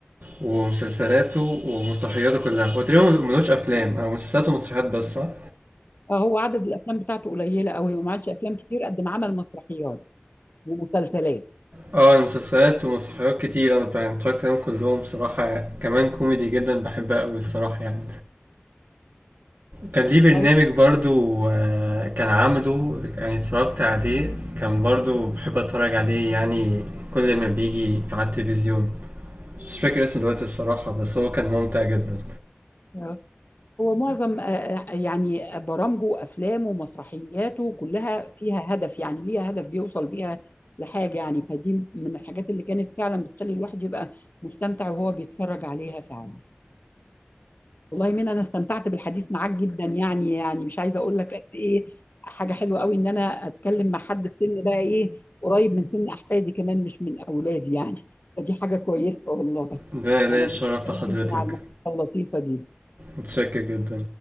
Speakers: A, on the right (about 50°); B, on the left (about 50°).
A: ومسلسلاته ومسرحياته كلها هو تقريبا ملوش أفلام أو مسلسلات ومسرحيات بس صح؟
B: آه، هو عدد الافلام بتاعته قليله قوي وما عملش افلام كتير قد ما عمل مسرحيات ومسلسلات
A: اه أنا مسلسلات ومسرحيات كتير أنا بقى- اتفرجت عليهم كلهم بصراحة كمان كوميدي جدا بحبها أوي الصراحة يعني كان ليه برنامج
B: طيب
A: برضو آه، كان عامله يعني اتفرجت عليه كان برضو بحب اتفرج عليه يعني كل ما بيجي في على التلفزيون مش فاكر اسمه دلوقتي الصراحة بس هو كان ممتع جدا
B: آه، هو معظم آه، آه، يعني برامجه وافلامه ومسرحياته كلها فيها هدف يعني ليها هدف بيوصل بيها لحاجه يعني فدي من الحاجات اللي كانت فعلا بتخلي الواحد يبقى مستمتع وهو بيتفرج عليها فعلا والله مين انا استمتعت بالحديث معاك جدا يعني يعني مش عايزه اقول لك قد ايه حاجه حلوه قوي ان انا اتكلم مع حد في سن بقى ايه قريب من سن احفادي كمان مش من اولادي يعني فدي حاجه كويسه والله
A: ده ليا
B: انا
A: الشرف
B: متشكره
A: لحضرتك
B: جدا على المحادثه اللطيفه دي
A: متشكر جدا